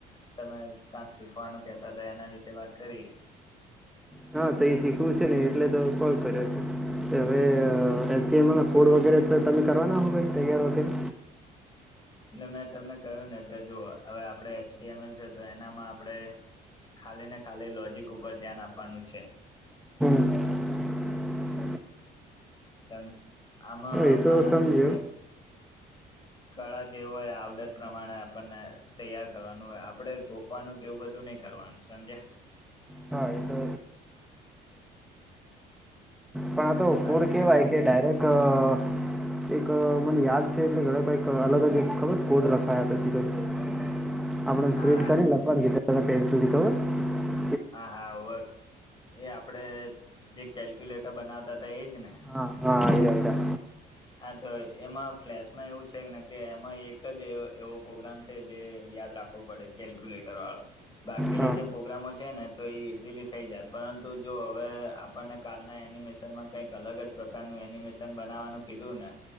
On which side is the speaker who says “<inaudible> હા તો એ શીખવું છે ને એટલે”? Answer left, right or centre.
Centre